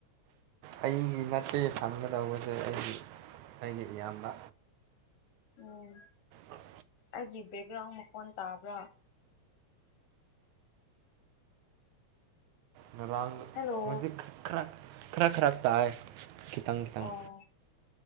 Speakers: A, on the right (about 80°); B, on the left (about 65°).
A: ꯑꯩꯒꯤ ꯅꯠꯇꯦ ꯐꯟꯒꯗꯧꯕꯁꯦ ꯑꯩꯒꯤ ꯑꯩꯒꯤ ꯏꯌꯥꯝꯕ꯫
B: ꯎꯝ꯫
A: ꯑ <unintelligible>
B: ꯑꯩꯒꯤ ꯕꯦꯛꯒ꯭ꯔꯥꯎꯟ ꯃꯈꯣꯟ ꯇꯥꯕ꯭ꯔꯥ꯫
A: ꯉꯔꯥꯡ
B: ꯍꯦꯜꯂꯣ
A: ꯍꯧꯖꯤꯛ ꯈꯔ ꯈꯔ ꯈꯔ ꯇꯥꯏ꯫ ꯈꯤꯇꯪ ꯈꯤꯇꯪ
B: ꯑꯣ